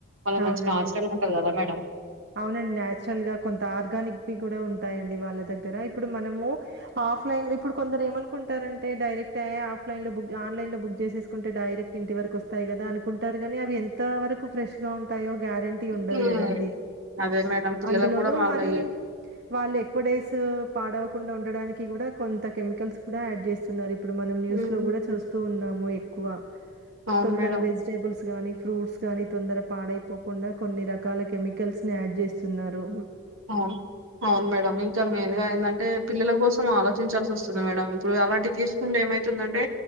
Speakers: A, on the right; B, on the right.
A: వాళ్ళ
B: అవునండి.
A: మంచిగా హాస్టల్ ఉంటది కదా మేడం
B: అవునండి న్యాచురల్ గా కొంత ఆర్గానిక్ వి కూడా ఉంటాయండి వాళ్ళ దగ్గర ఇప్పుడు మనము హాఫ్ ఆఫలైన్ ఇప్పుడు కొందరు ఏమనుకుంటారంటే డైరక్ట్ అయ్యా ఆఫ్ లైన్ లో బు ఆన్లైన్ లో బుక్ చేసేసుకుంటే డైరెక్ట్ ఇంటి వరకు వస్తాయి కదా అనుకుంటారు గానీ అవి ఎంత వరకు ఫ్రెష్ గా ఉంటాయో గ్యారెంటీ టీ ఉండదు
A: హ్మ్
B: కదండి
A: అదే మేడం పిల్లలకు
B: అందులోనుూ
A: కూడా మళ్ళీ
B: మరి వాళ్ళు ఎక్కవ డే డేస్ పాడవకుండా ఉండడానికి కూడా కొంత కెమికల్స్ కూడా యాడ్ చేస్తున్నారు ఇ ఇప్పుడు మనం న్యూస్
A: హ్మ్
B: లో కూడా చూస్తూ ఉన్నాము కువా
A: అవును
B: తొందర
A: మేడం
B: వెజిటేబుల్స్ గానీ ఫ్రూట్స్ గానీ తొందర పాడైపో కుండా కొన్ని రకాల కెమిక కల్స్ ని యాడ్ చేస్తున్నారు
A: అవును అవును మేడం ఇంకా మెయిన్ గా ఏందంటే పిల్లల కోసం ఆలోచ చించాల్సి వస్తుంది మేడం ఇప్పుడు అలాంటి తీసుకుంటే ఏమైతుందంటే